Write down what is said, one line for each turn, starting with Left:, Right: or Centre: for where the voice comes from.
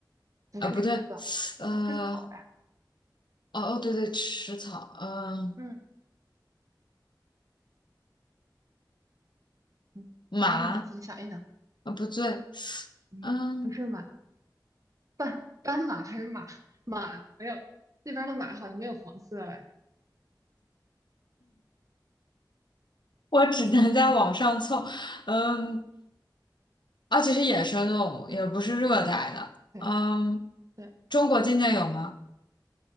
Right: 不是狮子，
Left: 呃不对，呃，
Right: 他吃草呀。
Left: 哦哦，对对，食草，嗯、
Right: 嗯嗯，
Left: 马
Right: 开动脑筋想一想，
Left: 啊，不对，
Right: 嗯，
Left: 嗯，
Right: 不是马，斑斑马还是马马没有，那边儿的马好像没有黄色哎。
Left: 我只能在网上凑，
Right: 嗯
Left: 嗯，而且是野生动物，也不是热带的，
Right: 嗯，对
Left: 嗯，
Right: 对，
Left: 中国境内有吗？